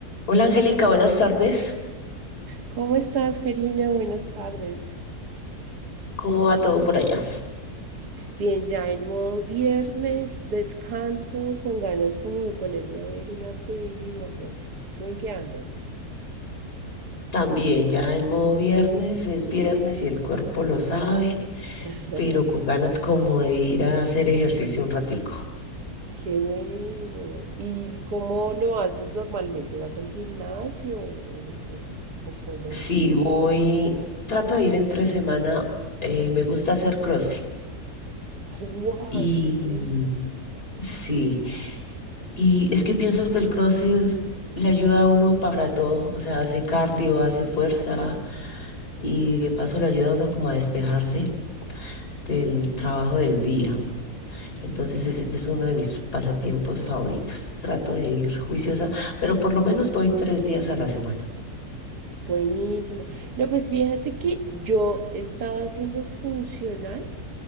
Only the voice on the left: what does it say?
Hola Angélica, buenas tardes.
¿Cómo va todo por allá?
También ya en modo viernes, es viernes y el cuerpo lo sabe,
pero con ganas como de ir a hacer ejercicio un ratico.
Si voy, trato de ir entre semana, eh, me gusta hacer CrossFit.
Y
sí, y es que pienso que el CrossFit le ayuda a uno para todo, o sea, hace cardio, hace fuerza y de paso le ayuda a uno como a despejarse del trabajo del día. Entonces ese es uno de mis pasatiempos favoritos. Trato de ir juiciosa, pero por lo menos voy tres días a la semana.